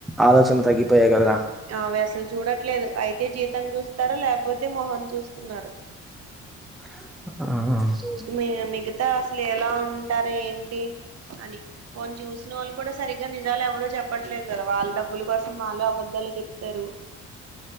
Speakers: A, in the centre; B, on the right.
A: ఆలోచన తగ్గిపోయాయి కదరా
B: ఆ అవి అసలు చూడట్లేదు అయితే జీతం చూస్తారు లేకపోతే మోహామ్ చూస్తున్నారు
A: ఆ
B: మిరు మిగతా అసలు ఎలా ఉంటారు ఏంటి అని పోన్ చూసిన వాళ్ళు కూడా సరిగ్గా నిజాలు ఎవరు చెప్పట్లేదు కదా వాళ్ళ డబ్బులు కోసం వాళ్ళు అబద్ధలు చెప్తారు